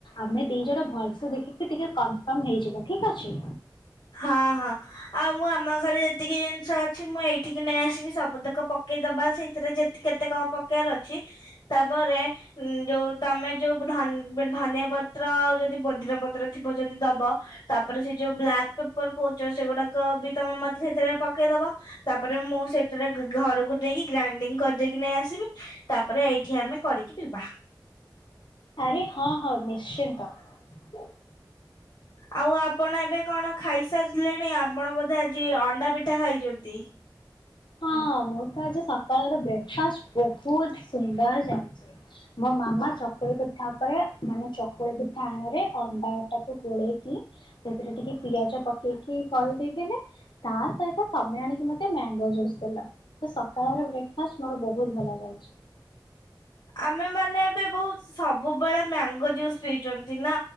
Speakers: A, on the left; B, on the left.
A: ଆମେ ଦି ଜଣ ଭଲସେ ଦେଖିକି ଟିକେ କନଫର୍ମ ହେଇଯିବା ଠିକ ଅଛି।
B: ହଁ ହଁ। ଆଉ ମୁଁ ଆମ ଘରେ ଯେତିକି ଜିନିଷ ଅଛି ମୁଁ ଏଇଠିକି ନେଇ ଆସିବି ସବୁତକ ପକେଇଦବା ସେଇଥିରେ ଯେ କେତେ କଣ ପକେଇବାର ଅଛି ତାପରେ ଉଁ ଯୋଉ ତମେ ଯୋଉ ଧନ୍ ଧନିଆ ପତ୍ର ଆଉ ଯଦି ପୋଦିନା ପତ୍ର ଥିବ ଯଦି ଦବ। ତାପରେ ସେ ଯୋଉ ବ୍ଲାକ୍ ପେପର କହୁଚ ସେଗୁଡାକ ବି ତମେ ମତେ ସେଥିରେ ପକେଇଦବ। ତାପରେ ମୁଁ ସେଇଥିରେ ଘ ଘରକୁ ନେଇକି ଗ୍ରାଇଣ୍ଡିଙ୍ଗ କରିଦେଇକି ନେଇ ଆସିବି। ତାପରେ ଏଇଠି ଆମେ କରିକି ପିଇବା।
A: ଆରେ ହଁ ହଁ ନିଶ୍ଚିନ୍ତ। ଦ
B: ଆଉ ଆପଣ ଏବେ କଣ ଖାଇସାରିଲେଣି ଆପଣ ବୋଧେ ଆଜି ଅଣ୍ଡା ପିଠା ଖାଇଚନ୍ତି।
A: ହଁ ମୁଁ ତ ଆଜି ସକାଳର ବ୍ରେକଫାଷ୍ଟ ବହୁତ ସୁନ୍ଦର ଜାଣିଛି। ମୋ ମାମା ଚକୁଳି ପିଠା ଉପରେ ମାନେ ଚକୁଳି ପିଠା ଆଣ ରେ ଅଣ୍ଡାଟାକୁ ଗୋଳେଇକି ସେଥିରେ ଟିକେ ପିଆଜ ପକେଇକି କରିଦେଇଥିଲେ ତା ସହିତ ତମେ ଆଣିକି ମତେ ମ୍ୟାଙ୍ଗୋ ଜୁସ୍ ଦେଲ ତ ସକାଳର ବ୍ରେକଫାଷ୍ଟ ମୋର ବହୁତ ଭଲ ଯାଇଛି।
B: ଆମେ ମାନେ ଏବେ ବହୁତ୍ ସବୁବେଳେ ମ୍ୟାଙ୍ଗୋ ଜୁସ୍ ପିଇଚନ୍ତି ନା